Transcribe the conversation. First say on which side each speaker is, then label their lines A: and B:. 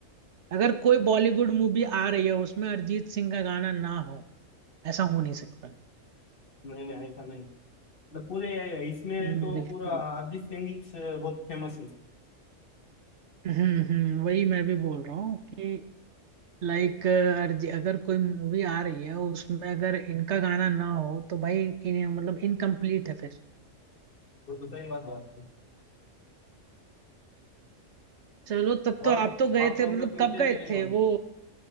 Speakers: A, on the right (about 60°); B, on the left (about 45°).
A: अगर कोई बॉलीवुड मूवी आ रही है उसमें अरिजीत सिंह का गाना ना हो ऐसा हो नहीं सकता
B: नहीं नहीं ऐसा नहीं मतलब पूरे इसमें
A: हम्म,
B: तो
A: बिल्कुल
B: पूरा अरिजीत सिंह ही से बहुत फेमस है
A: हम्म हम्म वही मैं भी बोल रहा हूँ कि लाइक अर्जी अगर कोई मूवी आ रही है उसमें अगर इनका गाना ना हो तो भाई इन, इन, मतलब इनकम्प्लीट है फिर
B: वो तो सही बात है
A: चलो तब
B: और
A: तो आप तो गए
B: आप कौन
A: थे मतलब
B: सा सुनते
A: कब
B: हैं
A: गए
B: कि नहीं
A: थे
B: और
A: वो